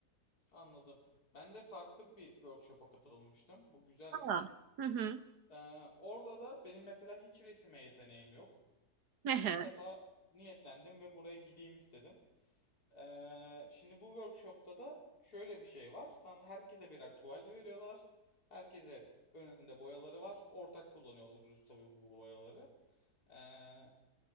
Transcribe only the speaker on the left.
Anladım. Ben de farklı bir workshop'a katılmıştım. Bu güzelmiş.
Ee, orada da benim mesela hiç resime yeteneğim yok.
İlk
defa niyetlendim ve buraya gideyim istedim. Ee, şimdi bu workshop'ta da şöyle bir şey var. Sana herkese birer tuval veriyorlar. Herkese önünde boyaları var. Ortak kullanıyoruz tabii bu boyaları. Ee,